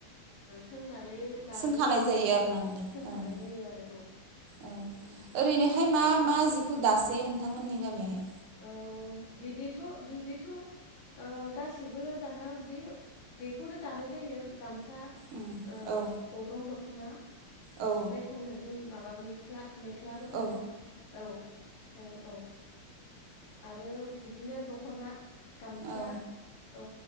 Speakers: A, on the left (about 75°); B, on the right (about 80°).
A: सोंनानै द दानाय
B: सोंखानाय
A: जायो आरो
B: आरोना नोंथां
A: सोंखानाय
B: औ
A: जायो आरो औ
B: औ
A: उम
B: ओरैनोहाय मा
A: औ
B: मा जिखौ दासो नोंथांमोननि गामिहाय
A: औ बिदिथ' बिदिथ' ओ गासिबो दाना बे बेखौनो दानाय जायो गामसा
B: उम
A: ओ
B: औ
A: अग्रं दखना
B: औ
A: जायखौनो जों माबा मेख्ला-मेख्लाबो होनोमोन
B: औ
A: औ औ औ आरो बिदिनो दख'ना गामसा
B: औ
A: औ